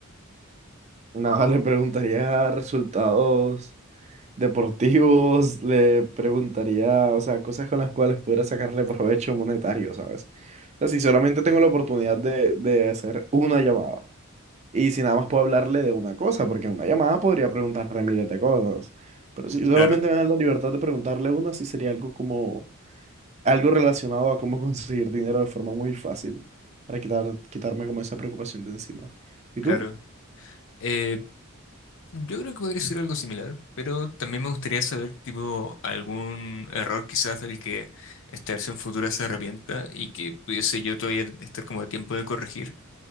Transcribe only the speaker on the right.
Nada, le preguntaría resultados deportivos, le preguntaría, o sea, cosas con las cuales pudiera sacarle provecho monetario, ¿sabes? O sea, si solamente tengo la oportunidad de, de hacer una llamada Y si nada más puedo hablarle de una cosa, porque en una llamada podría preguntarle miles de cosas. Pero si solamente
me dan la libertad de preguntarle una, sí sería algo como, algo relacionado a cómo <laughs> conseguir dinero de forma muy fácil, para quitar, quitarme como esa preocupación de encima. ¿Y
tú?